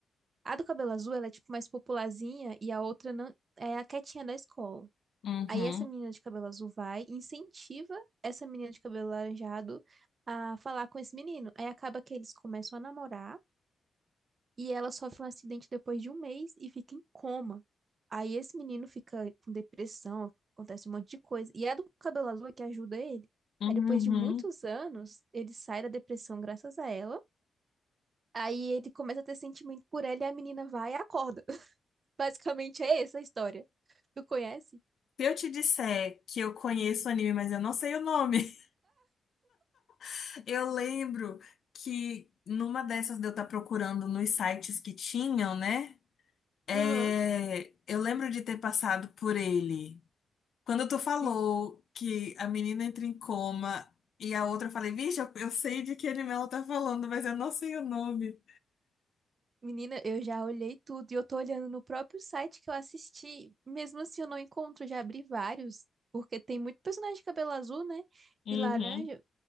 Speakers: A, on the right; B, on the left.
A: A do cabelo azul, ela é tipo mais popularzinha e a outra não, é a quietinha da escola.
B: uhum,
A: Aí essa menina de cabelo azul vai e incentiva essa menina de cabelo laranjado a falar com esse menino. Aí acaba que eles começam a namorar e ela sofre um acidente depois de um mês e fica em coma. Aí esse menino fica com depressão, acontece um monte de coisa. E é a do cabelo azul é que ajuda ele.
B: uhum.
A: Aí depois de muitos anos, ele sai da depressão graças a ela. Aí ele começa a ter sentimento por ela e a menina vai e acorda. <laughs> Basicamente é essa a história. Tu conhece?
B: Se eu te disser que eu conheço o anime, mas eu não sei o nome, <laughs> eu lembro que numa dessas de eu estar procurando nos sites que tinham, né? É,
A: Aham.
B: eu lembro de ter passado por ele. Quando tu falou
A: Sim.
B: que a menina entra em coma e a outra, eu falei, vixe, eu, eu sei de que anime ela tá falando, mas eu não sei o nome.
A: Menina, eu já olhei tudo e eu tô olhando no próprio site que eu assisti. Mesmo assim, eu não encontro, já abri vários, porque tem muito personagem de cabelo azul, né?
B: Uhum.
A: E laranja,